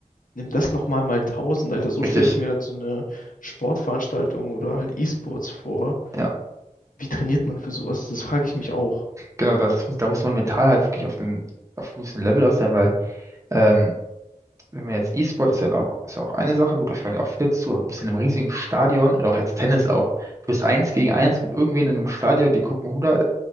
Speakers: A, on the left (about 85°); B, on the right (about 25°).
A: nimm das nochmal mal mal tausend, Alter, so
B: richtig.
A: stelle ich mir dann so eine Sportveranstaltung oder halt E-Sports vor.
B: Ja,
A: Wie trainiert man für sowas? Das frage ich mich auch.
B: genau, das muss, da muss man mental halt wirklich auf einem auf einem gewissen Level aus sein, weil ähm, wenn man jetzt E-Sport ist ja auch, ist ja auch eine Sache, gut, da schauen ja auch viele zu, aber du bist in einem riesigen Stadion oder auch jetzt Tennis auch, du bist eins gegen eins mit irgendwen in einem Stadion, die gucken hundert,